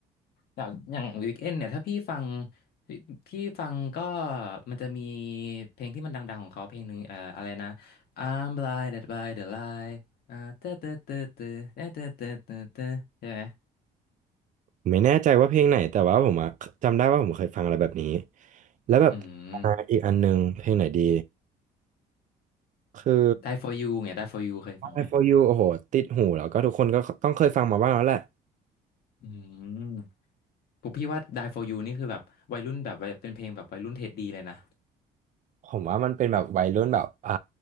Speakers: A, on the left; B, on the right.
A: อย่างอย่างวีคเอนเนี่ยถ้าพี่ฟังที่ที่ฟังก็มันจะมีเพลงที่มันดังๆของเขาเพลงหนึ่งเอ่ออะไรนะ I'm blinded by the light อ่าเตอเตอเตอเตอเตอเตอเตอเตอเตอใช่ไหม
B: ไม่แน่ใจว่าเพลงไหนแต่ว่าผมอะจำได้ว่าผมเคยฟังอะไรแบบนี้แล้วแบบอ่าอีกอันหนึงเพลงไหนดี
A: อืม
B: คือ
A: Die for you เนี่ย Die for you เคยฟังไหม
B: I for you โอ้โหติดหูแล้วก็ทุกคนก็ต้องเคยฟังมาบ้างแล้วแหละ
A: อืมผมพี่ว่า Die for you นี่คือแบบวัยรุ่นแบบวัยเป็นเพลงแบบวัยรุ่นเท็ดดีเลยนะ
B: ผมว่ามันเป็นแบบวัยรุ่นแบบอ่า